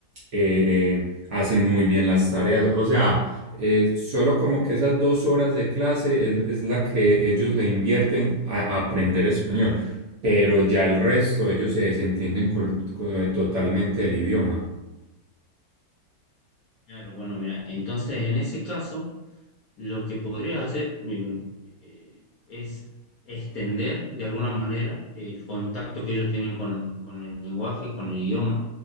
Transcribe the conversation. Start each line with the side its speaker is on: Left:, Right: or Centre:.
Right: eh, eh, hacen muy bien las tareas, o sea... Eh, solo como que esas dos horas de clase es, es la que ellos le invierten a, a aprender español, pero ya el resto ellos se desentienden col- co- totalmente del idioma.
Left: Claro, bueno, mira, entonces en ese caso Lo que podría hacer mm, eh, es extender de alguna manera el contacto que ellos tienen con, con el lenguaje, con el idioma,